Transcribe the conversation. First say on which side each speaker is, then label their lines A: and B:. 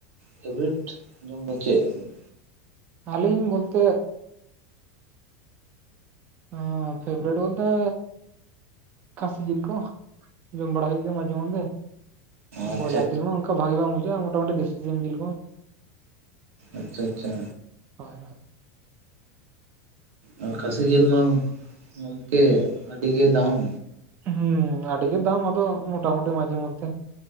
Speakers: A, on the right; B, on the right.
A: ᱯᱷᱮᱵᱨᱮᱴ ᱡᱚᱢ ᱫᱚ ᱪᱮᱜ ᱛᱟᱵᱤᱱ
B: ᱟᱹᱞᱤᱧ ᱵᱚᱞᱛᱮ ᱟᱸ ᱯᱷᱮᱵᱨᱮᱴ ᱵᱚᱞᱛᱮ ᱠᱷᱟᱥᱤ ᱡᱤᱞ ᱠᱚ ᱡᱚᱢ ᱵᱟᱲᱟ ᱦᱩᱭᱩᱜ ᱜᱮᱭᱟ ᱢᱟᱡᱷᱮ ᱢᱚᱫᱽᱫᱷᱮ
A: ᱟᱪᱪᱷᱟ
B: ᱵᱚᱭᱞᱟᱨ ᱡᱤᱞᱢᱟ ᱚᱝᱠᱟ ᱵᱷᱟᱜᱮ ᱵᱟᱝ ᱵᱩᱡᱟᱹᱜᱼᱟ ᱢᱳᱴᱟᱢᱩᱴᱤ ᱫᱮᱥᱤ ᱥᱤᱢ ᱡᱤᱞ ᱠᱚ
A: ᱟᱪᱪᱷᱟ ᱟᱪᱪᱷᱟ
B: ᱦᱳᱭ ᱦᱳᱭ
A: ᱟᱨ ᱠᱷᱟᱹᱥᱤ ᱡᱤᱞ ᱢᱟ ᱜᱚᱢᱠᱮ ᱟᱹᱰᱤ ᱜᱮ ᱫᱟᱢ
B: ᱦᱩᱸ ᱟᱹᱰᱤ ᱜᱮ ᱫᱟᱢ ᱟᱫᱚ ᱢᱳᱴᱟᱢᱩᱴᱤ ᱢᱟᱡᱷᱮ ᱢᱚᱫᱽᱫᱷᱮ